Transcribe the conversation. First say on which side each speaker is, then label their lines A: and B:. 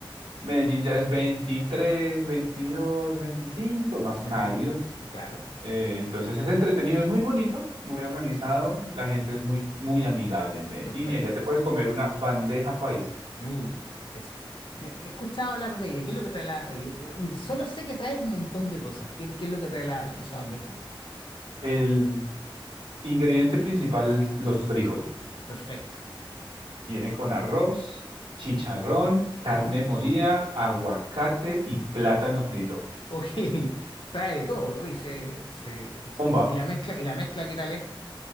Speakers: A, on the right (about 80°); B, on the left (about 65°).
A: Medellín ya es 23, 22, 25, más cálido.
B: Ok. Claro,
A: Eh, entonces es entretenido, es muy bonito, muy organizado, la gente es muy, muy amigable en Medellín
B: perfecto.
A: y allá te puedes comer una bandeja paisa.
B: Uf, es, me, he escuchado hablar de ella. ¿Qué es lo que trae la...? eh, eh, Solo sé que trae un montón de cosas. ¿Qué, qué es lo que trae la, la- esa bandeja?
A: El ingrediente principal, los frijoles.
B: Perfecto.
A: Viene con arroz, chicharrón, carne
B: Ujú.
A: molida, aguacate y plátano frito.
B: Ok, <laughs> trae de todo. Uy, se, se- se-
A: Bomba,
B: Y la mezcla, y la mezcla, ¿qué tal es?